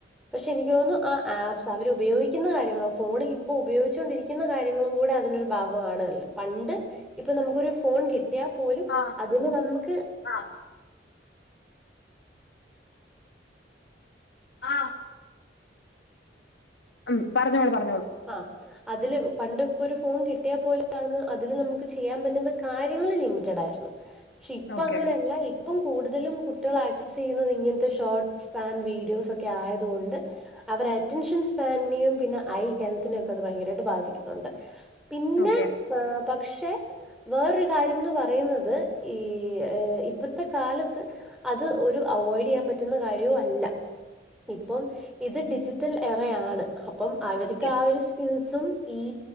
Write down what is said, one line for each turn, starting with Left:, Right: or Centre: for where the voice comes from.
Centre: പക്ഷെ എനിക്ക് തോന്നുന്നു ആ ആപ്സ് അവർ ഉപയോഗിക്കുന്ന കാര്യങ്ങളൾ ഫോണിൽ ഇപ്പോൾ ഉപയോഗിച്ചു കൊണ്ടിരിക്കുന്ന കാര്യങ്ങളും കൂടെ അതിനൊരു ഭാഗമാണ് പണ്ട് ഇപ്പൊ നമുക്കൊരു ഫോൺ കിട്ടിയാൽ പോലും
Left: ആ
Centre: അതിന് നമുക്ക്
Left: ആ ആ ഉം പറഞ്ഞോളെ പറഞ്ഞ
Centre: ആ അതില് പണ്ട ഇപ്പോ ഒരു ഫോൺ കിട്ടിയാ പോല അതില് നമുക്ക് ചെയ്യാൻ പറ്റുന്ന കാര്യങ്ങള് ലിമിറ്റഡ ആയിരുന്നു പക്ഷെ ഇപ്പ
Left: ഓക്കെ
Centre: അങ്ങനെയല്ല ഇപ്പം കൂടുതലും കുട്ടികൾ ആക്സ ചെയ്യുന്നത് ഇങ്ങനത്തെ ഷോർട്ട് സ്പാൻ വീഡിയോസ് ഒക്കെ ആയതുകൊണ്ട് അവർ അറ്റൻഷൻ സ്പാനും പിന്നെ ഐ ഹെൽത്തിനെൊക്കെ അത് ഭയങ്കരമായിട്ട് ബാധിക്കുന്നുണ്ട് പിന്നെ
Left: ഓക്കെ
Centre: പക്ഷെ വേറൊരു കാര്യംന്ന് പറയുന്നത് ഈ ഇപ്പോഴത്തെ കാലത്ത് അത് ഒരു അവോയ്ഡ് ചെയ്യാൻ പറ്റുന്ന കാര്യവും അല്ല ഇപ്പം ഇത് ഡിജിറ്റൽ എറെയാണ് അപ്പം ഇക്ക്
Left: യെസ്
Centre: ആ ഒരു സ്കിൽസും ഏ